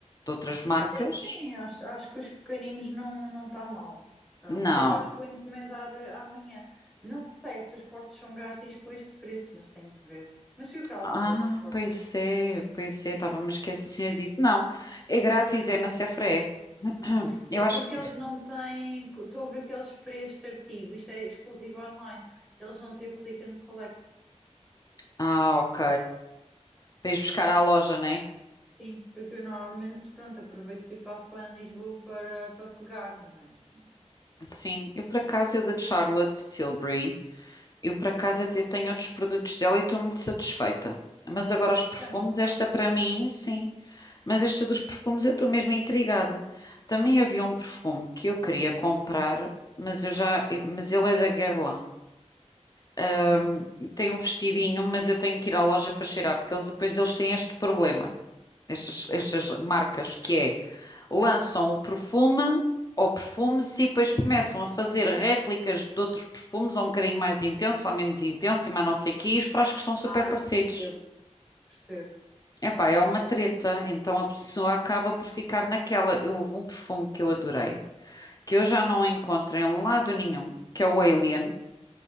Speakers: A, on the left; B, in the centre.
A: De outras marcas?
B: Sim, sim, acho, acho que os pequeninos não não está mal. Ah,
A: Não.
B: por isso é que eu acho que vou encomendar eh, amanhã. Não sei se os portos são grátis com este preço, mas tenho que ver. Mas fui o que ela
A: Ah,
B: saber dos portos.
A: pois é, pois é, estava-me a esquecer disso. Não, é grátis, é na Sephora. <clears throat>
B: É
A: Eu
B: porque
A: acho que.
B: eles não têm. Estou a ver que eles para este artigo, isto é exclusivo online, eles não têm o click and collect.
A: Ah, ok. Para ires buscar à loja, né?
B: Sim, porque eu normalmente, pronto, aproveito e passo lá em Lisboa para, para pegar, mas não
A: Sim, eu por acaso, eu da Charlotte Tilbury, eu por acaso até tenho outros produtos dela e estou muito satisfeita. Mas agora os perfumes,
B: tens.
A: esta
B: Ah,
A: para mim, sim. Mas esta dos perfumes eu estou mesmo intrigada. Também havia um perfume que eu queria comprar, mas eu já, eu- mas ele é da Guerlain. Ahm,
B: uhum.
A: tem um vestidinho, mas eu tenho que ir à loja para cheirar, porque eles depois eles têm este problema, estas, estas marcas, que é lançam o perfume ou perfumes e depois começam a fazer réplicas de outros perfumes, ou um bocadinho mais intenso, ou menos intenso, e mais não sei o quê, e os frascos são super
B: Ai,
A: parecidos.
B: percebo, percebo.
A: Epá, é uma treta, então a pessoa acaba por ficar naquela. Eu- Houve um perfume que eu adorei, que eu já não encontro em lado nenhum, que é o Alien,